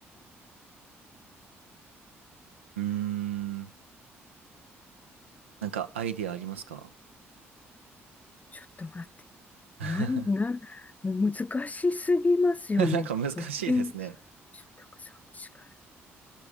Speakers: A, on the right; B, on the left.
A: うーん。なんか、アイディアありますか
B: ちょっと待って。
A: <laughs>
B: なん、なん、もう難しすぎますよね。
A: なんか難しいですね。
B: 野球、ちょっとたくさん違う。